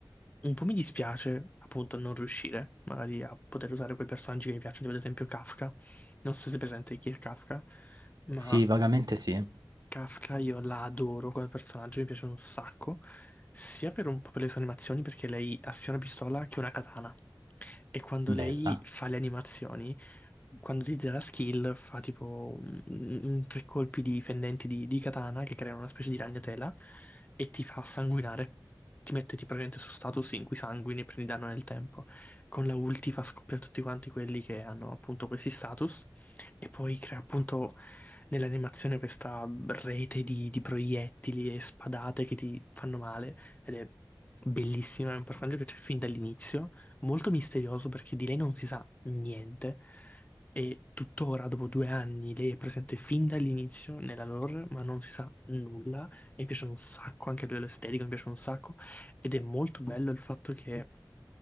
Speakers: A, on the left; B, on the right.
A: Un po' mi dispiace appunto non riuscire magari a poter usare quei personaggi che mi piacciono, tipo ad esempio Kafka. Non so se è presente chi è Kafka, ma
B: Sì, vagamente sì.
A: Kafka io la adoro come personaggio, mi piace un sacco, sia per un po' per le sue animazioni, perché lei ha sia una pistola che una katana. E quando
B: Bella.
A: lei fa le animazioni, quando ti dà la skill, fa tipo un- un- tre colpi di fendenti di, di katana che creano una specie di ragnatela e ti fa sanguinare. Ti mette tipo praticamente su status in cui sanguini e prendi danno nel tempo. Con la ulti fa scoppiare tutti quanti quelli che hanno appunto questi status e poi crea appunto nell'animazione questa rete di, di proiettili e spadate che ti fanno male ed è bellissima, è un personaggio che c'è fin dall'inizio, molto misterioso perché di lei non si sa niente e tuttora dopo due anni lei è presente fin dall'inizio nella lore ma non si sa nulla e mi piace un sacco, anche a livello estetico mi piace un sacco ed è molto bello il fatto che